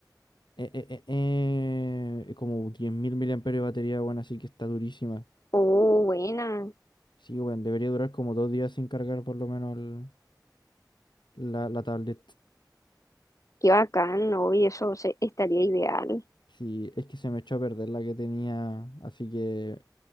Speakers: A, on the left (about 85°); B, on the left (about 45°).
A: eh, eh, eh, eh, como 10.000 mAh de batería, bueno, así que está durísima.
B: Oh, buena.
A: Sí, weón, debería durar como dos días sin cargar por lo menos el- la, la tablet.
B: Qué bacán, ¿no? Y eso se- estaría ideal.
A: Sí, es que se me echó a perder la que tenía, así que